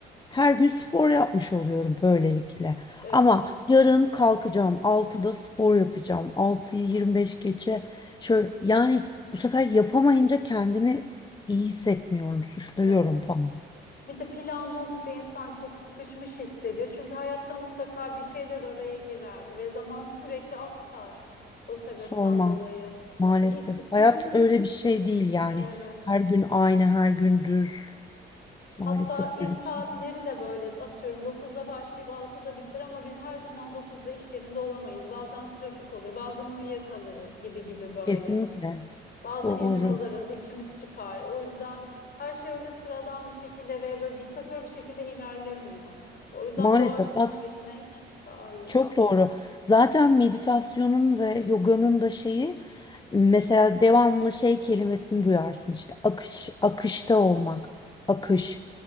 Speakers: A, on the left; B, on the left.
A: her gün spor yapmış oluyorum böylelikle.
B: Evet,
A: Ama yarın kalkacağım altıda spor yapacağım. altıyı 25 geçe şöyle yani bu sefer yapamayınca kendimi iyi hissetmiyorum, suçluyorum
B: evet.
A: falan.
B: Bir de planda olunca insan çok sıkışmış hissediyor. Çünkü hayatta mutlaka bir şeyler araya girer ve zaman sürekli aksar. O sebepten
A: Sorma
B: dolayı.
A: maalesef.
B: Yani iş,
A: Hayat
B: iş-
A: öyle bir şey değil yani.
B: evet.
A: Her gün aynı, her gün düz.
B: Hatta
A: Maalesef
B: iş
A: öyle
B: saatleri
A: bir şey.
B: de böyle atıyorum dokuzda başlayıp altıda biter ama biz her zaman dokuzda iş yerinde olamayız. Bazen trafik olur, bazen uyuyakalırız gibi gibi böyle.
A: Kesinlikle
B: Bazen
A: doğru.
B: izin alırız, işimiz çıkar. O yüzden her şey öyle sıradan bir şekilde ve böyle diktatör bir şekilde ilerlemiyor. O yüzden
A: Maalesef
B: doğaçlama
A: as
B: gitmek daha iyi.
A: Çok doğru. Zaten meditasyonun ve yoganın da şeyi mesela devamlı şey kelimesini duyarsın işte akış, akışta olmak, akış.